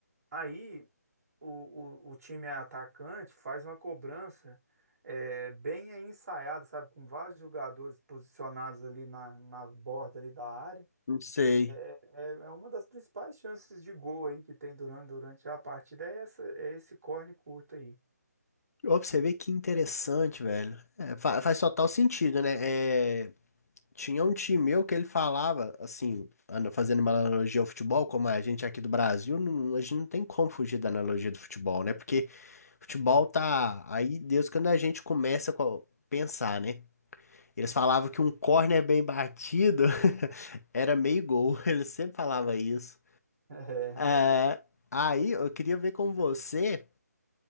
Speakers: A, on the right; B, on the left.
A: Aí o, o, o time atacante faz uma cobrança é, bem ensaiada, sabe? Com vários jogadores posicionados ali na, na borda ali da área.
B: Não sei.
A: É, é é uma das principais chances de gol aí que tem durante, durante a partida, é, essa, é esse corne curto aí. <laughs>
B: Ó, pra você ver que interessante, velho. É, fa- faz total sentido, né? É, tinha um time meu que ele falava, assim, ana- fazendo uma analogia ao futebol, como a gente aqui do Brasil, não- a gente não tem como fugir da analogia do futebol, né? Porque futebol tá aí desde quando a gente começa a pensar, né? Eles falavam que um córner bem batido <laughs> era meio gol. <laughs> Eles sempre falavam isso.
A: É, legal.
B: É, Aí eu queria ver com você.